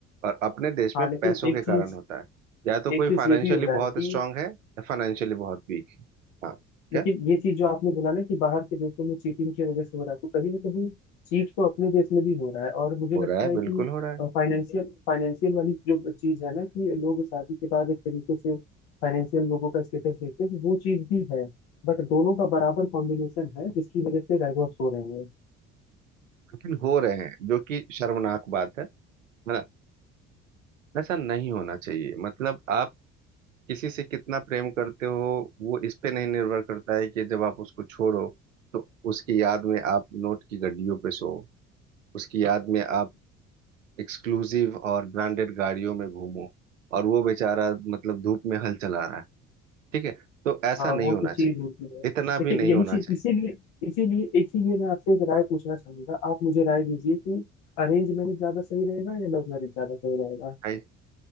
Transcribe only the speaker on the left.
हाँ
लेकिन
एक
चीज
एक
चीज
ये भी हो रहा है
कि
लेकिन ये चीज जो आपने बोला ना कि बाहर के देशों में चीटिंग की वजह से हो रहा है तो कहीं ना कहीं चीट तो अपने देश में भी हो रहा है और मुझे
लगता
है
कि
फाइनेंशियल फाइनेंशियल वाली जो चीज है ना कि लोग शादी के बाद एक तरीके से फाइनेंशियल लोगों का स्टेटस देखते हैं तो वो चीज भी है बट दोनों का बराबर कॉम्बिनेशन है जिसकी वजह से डाइवोर्स हो रहे हैं
हाँ
वो
तो
चीज होती है
लेकिन
यही
चीज
इसीलिए इसीलिए इसीलिए मैं आपसे एक राय पूछना चाहूंगा आप मुझे राय दीजिए कि अरेंज मैरिज ज्यादा सही रहेगा या लव मैरिज ज्यादा सही रहेगा